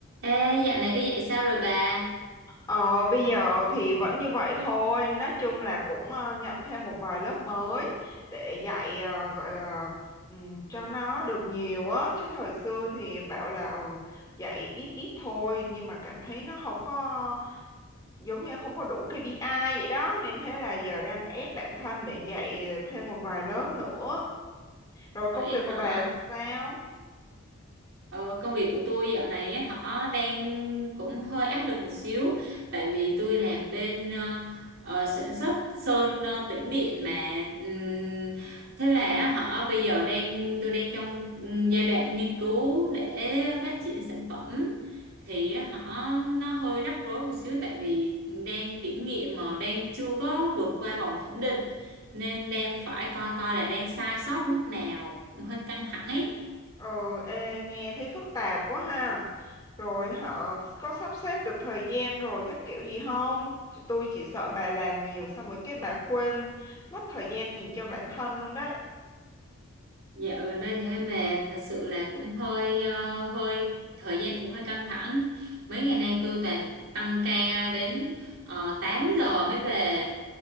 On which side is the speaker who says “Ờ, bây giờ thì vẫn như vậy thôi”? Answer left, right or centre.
Left